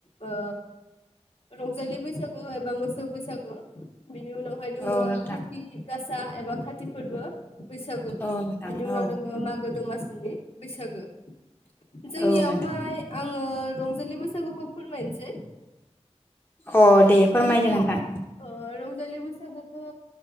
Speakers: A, on the left (about 55°); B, on the left (about 20°).
A: ओ रंजालि बैसागु एबा मोसौ बैसागो। बिनि उनावहाय दोङो
B: औ नोंथां
A: खाथि गासा एबा खाथि फोरबो। बैसागु
B: औ नोंथां
A: बिनि उनाव
B: औ
A: दङ' मा गो दमासिनि बैसागो। जोंनियावहाय
B: औ नोंथां
A: आं आङो रंजालि बैसागुखौ फोरमायनोसै।
B: अ दे फोरमायदो
A: जोंनियाव
B: नोंथां
A: ओ रं जालि बैसागोखौ